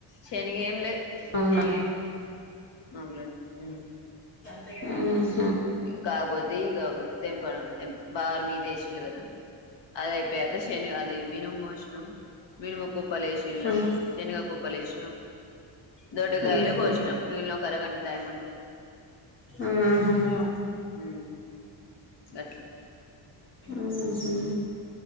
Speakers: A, on the left; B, on the left.
A: శనిగ ఏమి లేదు
B: అవునా
A: మామూలుగా ఆమ్
B: ఆ
A: కాకపోతే ఇక తెంపడం తెం బార్ మీద ఏషిళ్లు కదా అది అయిపోయాక శనిగ అది మినుము పోషి మినుము కుప్పలేశిల్లు
B: ఉహు
A: శనిగ కుప్పలేషినం దొడ్డుకాయలు
B: ఉహు
A: కోసినం మిగిలిన ఒక అరగంట టైం ఉంటే
B: ఆహా
A: హు అట్లా
B: ఆహా.